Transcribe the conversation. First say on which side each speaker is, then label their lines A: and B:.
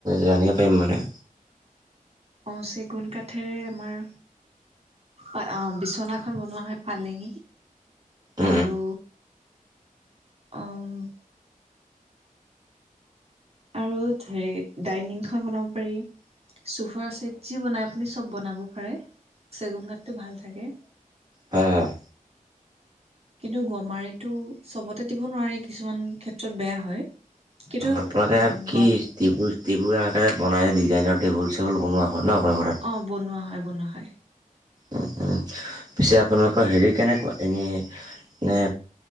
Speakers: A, on the right; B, on the right.
A: জানিব পাৰিম মানে।
B: অ', চেগুন কাঠেৰে আমাৰ অ', বিচনাখন বনোৱা হয় পালেঙ
A: অঁ
B: আৰু অ' আৰু হেৰি ডাইনিংখন বনাব পাৰি, চোফাৰ চিট যি বনাই আপুনি চব বনাব পাৰে, চেগুন কাঠটো ভাল থাকে।
A: হয়-হয়।
B: কিন্তু, গমাৰিটো চবতে দিব নোৱাৰি কিছুমান ক্ষেত্ৰত বেয়া হয়। কিন্তু উম,
A: আপোনালোকে কি
B: গ
A: টেবুল টেবুলৰ আকাৰত বনাই ডিজাইনৰ টেবুল চেবুল বনোৱা হয় ন আপোনাৰ ঘৰত।
B: অ', বনোৱা হয়-বনোৱা হয়।
A: উম- উম, পিছে আপোনালোকৰ হেৰি কেনেকুৱা এনেই মানে